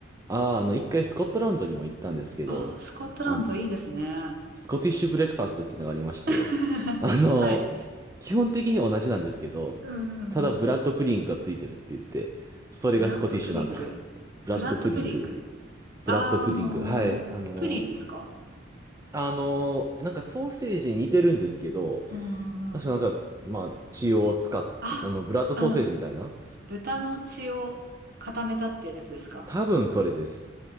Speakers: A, on the right (about 15°); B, on the right (about 55°).
A: ああ、あの、一回スコットランドにも行ったんですけど、
B: あ、スコットランドいいですね。
A: あの、スコティッシュブレックファストっていうのがありまして、
B: <laughs>
A: <laughs> あの、
B: はい。
A: 基本的に同じなんですけど、
B: うんうんうん。
A: ただブラッドプディングがついてるって言って、それがスコティッシュなんだ。
B: ブラッドプリング。
A: <laughs> ブラッドプディング。
B: ブラッドプリング
A: ブラッドプディング。
B: あー、あのープリンですか
A: はい。あの、あの、なんかソーセージに似てるんですけど、
B: うんうんうん。
A: 確かなんか、まあ、血を使っ、
B: あ、
A: 血あの、ブラッドソーセージみたいな。
B: あの、豚の血を固めたってやつですか
A: 多分それです。